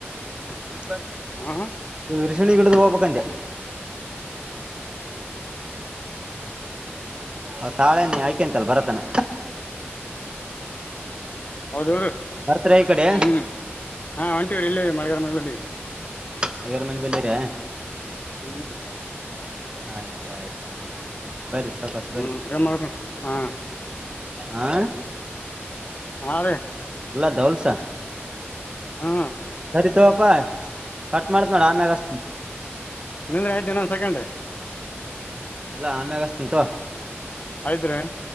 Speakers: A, on the right; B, on the left.
A: ಬೂ್ವಾಾ.
B: ಹಾ ಹ
A: ಬಿರ್ಶಣಿ ಗಿಡ್ದು ಹೋಗಬಕಂಡೆ ಹ್ಮ ತಾಳೆ್ಣ ಆಯ್ಕೆಂತಲ್ಲ ಬರತಾನ
B: ಹೌದ
A: ಬರ್ತೀರಾ ಈ ಕಡೆ
B: ಹ್ಮ್ ಹಾ ಒಂಟಿಯ ಇಲ್ಲ ಮಗ ಿ
A: ಹಐಗಾರ ಮನೆ ಬಲ್ಲಿರ
B: ಹ್ಮ್.
A: ಆಯ್ತ ಆಯ್ತ ಅಂದ್ರೆ. ಬರ್ರಿ ಸಾವ್ಕಾಸ
B: ಹ್ಮ್ ಏ ಮಾಡ್ಕ ಹಾ.
A: ಆಾ.
B: ಹಾ ರೇ.
A: ಅಲ್ಲ ದೌಲ್ಸ.
B: ಹಾ.
A: ಸರಿತವಪ್ಪಾ. ಕಟ್ ಮಾಡ್ತ್ ನೋಡ ಆಮ್ಯಾಗಷ್ಟತಿ.
B: ನಿಂದ್ರೆ ಆಯ್ತು ನಂದನ್ ಸಾಕಂಡೆ.
A: ಇಲ್ಲ ಆಮೆಗಸ್ತ ತ.
B: ಆಯ್ತ್ರಿ